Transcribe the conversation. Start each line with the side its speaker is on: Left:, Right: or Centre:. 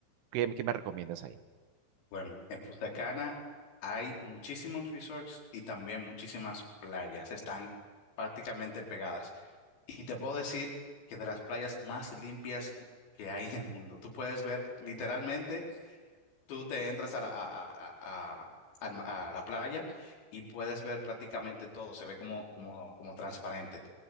Right: ¿Qué, qué me recomiendas ahí?
Left: Bueno, en Punta Cana hay muchísimos resorts y también muchísimas playas. Están prácticamente pegadas. Y te puedo decir que de las playas más limpias que hay en el mundo. Tú puedes ver, literalmente, tú te entras a la, a, a- a- a- al ma- a la playa y puedes ver prácticamente todo. Se ve como, como, como transparente.